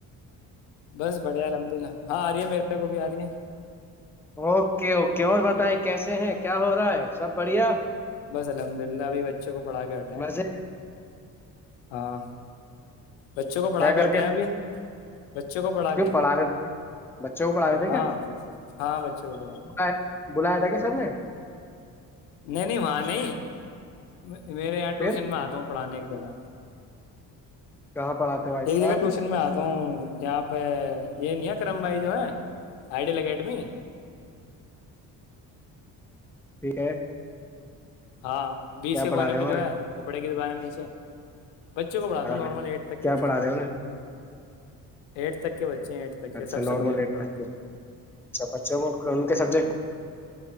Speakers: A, on the left; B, in the centre.
A: بس بڑھیا لمج نا ہاں آ رہی ہے میرے کو بھی آ رہی ہے
B: اوکے اوکے اور بتائ کیسے ہیں کیا ہو رہا ہے سب بڑھیا
A: بس الحمد للہ ابھی بچوں کو پڑھا کے ہٹ ہیں
B: مزے
A: ہاں بچوں کو
B: کیا
A: پڑھا کے
B: کر
A: ہٹے ہیں ابھی بچوں کو پڑھا
B: کیوں
A: کے
B: رہے تھے بچوں کو پڑھا رہے تھے
A: ہاں
B: کیا
A: ہاں بچوں کو پڑھا کے
B: آئے- بلایا تھا کیا سر نے
A: نہیں نہیں وہاں نہیں میں <inaudible> میرے یہاں
B: پھر
A: ٹیوش میں آتا ہوں پڑھان کے جگا
B: کہاں پڑھاتے ہو بھائی
A: ایک
B: صاحب
A: جگہ ٹیوشن میں آتا ہوں یہاں یہ نیا کرم بھائی جو ہے آئیڈیل اکیڈمی
B: ٹھیک ہے
A: ہاں
B: کیا
A: بیس کے کونے
B: پڑھا رہے
A: پہ
B: ہو
A: جو
B: انہیں
A: ہے کپڑے وانا نیچے بچوں کو پڑھاتا
B: ہاں
A: نارمل ایٹ تک کے
B: کیا
A: بچے
B: پڑھا
A: ہیں
B: رہے ہو انہیں
A: ایٹ تک بچے ہیں ایٹھ تک کے
B: اچھا
A: سب سبجیکٹ
B: نارمل ایٹ
A: پڑھاتے
B: تک کے
A: ہیں
B: اچھا بچوں کو کون کے سبجیکٹ